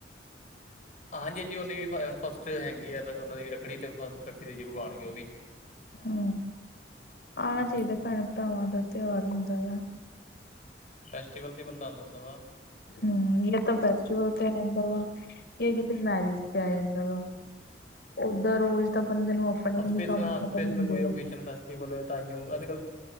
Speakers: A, on the left; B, on the left.
A: ਹਾਂਜੀ ਹਾਂਜੀ ਉਹਨੇ ਵੀ ਪਾਯਾ, ਹੁਣ ਫਸਟ ਹੈਗੀ ਹੈ ਉਹ ਦੀ ਵੀ ਰੱਖੜੀ, ਤੇ ਫਸਟ ਰੱਖੜੀ ਤੇ ਜ਼ਰੂਰ ਆਉਣਗੇ ਉਹ ਵੀ।
B: ਹੂ, ਆਣਾ
A: ਜੀ
B: ਚਾਹੀਦਾ ਭੈਣ ਭਰਾਵਾਂ ਦਾ ਤਿਉਹਾਰ ਹੁੰਦਾ ਵੈ।
A: ਫੈਸਟੀਵਲ ਤੇ ਹੀ, ਬੰਦਾ ਆਉਦਾ ਹੁੰਦਾ ਵਾ।
B: ਹੂ, ਇਹ ਤਾਂ ਫੈਸਟੀਵਲ ਤੇ ਆ ਜਾਂਦਾ ਵ, ਯ ਕਿਤੇ ਮੈਰਿਜ ਤੇ ਆ ਜਾਂਦਾ ਵ। ਉਦਾਂ, ਰੋਜ਼ ਤਾਂ ਬੰਦੇ ਨੂੰ। ਆਪਣੇ ਹੀ
A: ਸਪੈਸ਼ਲ
B: ਨੀ ਕੰਮ
A: ਹਾਂ
B: ਖਤਮ
A: ਸਪੈਸ਼ਲ
B: ਹੁੰਦੇ
A: ਕੋਈ ਔਕੇਸ਼ਨ ਫੈਸਟੀਵਲ ਹੋਵੇ ਤਾਂ ਹੀ ਹੋ, ਅੱਜ ਕਲ।